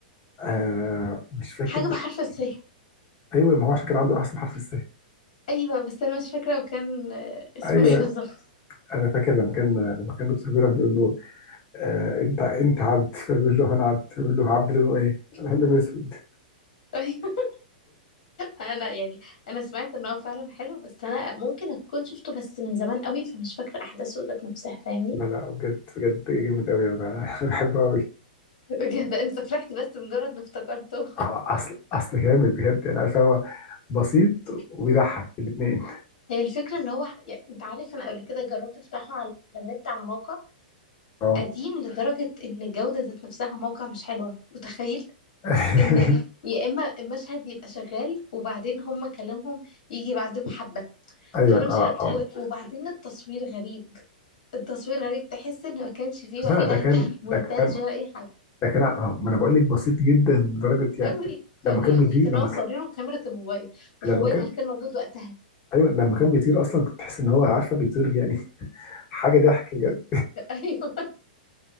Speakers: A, on the left (about 35°); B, on the left (about 65°).
A: آه مش فاكر
B: حاجه بحرف السه
A: ايوه ما هو عشان كان عنده احسن حرف السه
B: ايوه بس انا مش فاكره وكان آه، اسمه
A: مظبوط ايوه
B: ايه بالظبط
A: انا فاكر لما كان لما كان دكتور بيرم بيقول له آه انت انت عبد فبيقول له انا عبد فبيقول له عبد لونه ايه؟ <laughs> لونه اسود
B: <laughs> انا يعني انا سمعت ان هو فعلا حلو بس انا ممكن اكون شفته بس من زمان قوي فمش فاكره احداثه ذات نفسها فاهمني
A: لا لا بجد بجد جامد قوي انا بحبه قوي
B: بجد انت فرحت بس مجرد ما افتكرته
A: اه اصل اصل جامد بجد يعني عارف هو بسيط وبيضحك الاثنين
B: هي الفكره ان هو يعني انت عارف انا قبل كده جربت افتحه على النت على موقع
A: اه
B: قديم لدرجه ان الجوده ذات نفسها موقع مش حلوه متخيل
A: <laughs>
B: ان يا اما المشهد يبقى شغال وبعدين هم كلامهم يجي بعده بحبه
A: ايوه
B: فانا مش
A: اه
B: قد-
A: اه
B: و- وبعدين التصوير غريب التصوير غريب تحس ان ما كانش فيه
A: لا
B: وقتها
A: ده كان
B: مونتاج
A: ده كان
B: ولا اي حاجه
A: ده كان ع- ما انا بقول لك بسيط جدا لدرجه يعني
B: قوي
A: لما
B: قوي
A: كان
B: تحس
A: بيطير
B: ان
A: لما
B: هم
A: ك-
B: صورينه بكاميرا الموبايل والموبايل
A: لما كان
B: اللي كان موجود وقتها
A: ايوه لما كان بيطير اصلا كنت تحس ان هو عارفه بيطير يعني <laughs> حاجه ضحك بجد
B: <laughs> ايوه